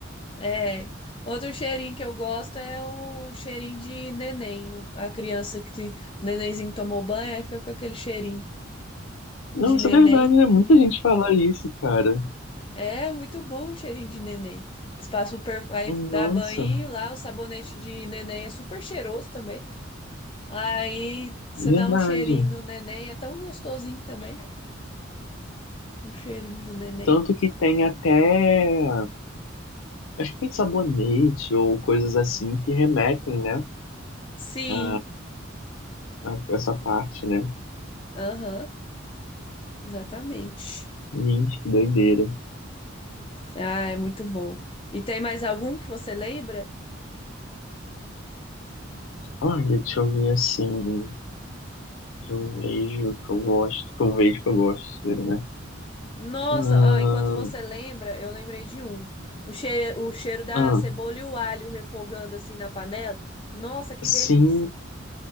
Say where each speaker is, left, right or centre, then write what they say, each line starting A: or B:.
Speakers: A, on the left; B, on the left.
A: É. Outro cheirinho que eu gosto é o cheirinho de neném. A criança que te- nenenzinho tomou banho, aí fica com aquele cheirinho
B: Nossa,
A: de neném.
B: é verdade, né? Muita gente fala isso, cara.
A: É muito bom o cheirinho de neném. Eles passam per... aí
B: Nossa,
A: dá banho lá, o sabonete de neném é super cheiroso também. Aí você
B: verdade.
A: dá um cheirinho no neném, é tão gostosinho também. O cheirinho do neném.
B: Tanto que tem até, acho que tem sabonete ou coisas assim que remetem, né,
A: Sim,
B: a, a essa parte, né?
A: aham, exatamente.
B: Gente, que doideira.
A: Ah, é muito bom. E tem mais algum que você lembra?
B: Olha, deixa eu ver assim. Que eu vejo, que eu gosto. Que eu vejo, que eu gosto, né?
A: Nossa,
B: Ah,
A: ah, enquanto você lembra, eu lembrei de um. O cheiro, o cheiro da
B: ah,
A: cebola e o alho refogando assim na panela. Nossa, que
B: sim.
A: delícia.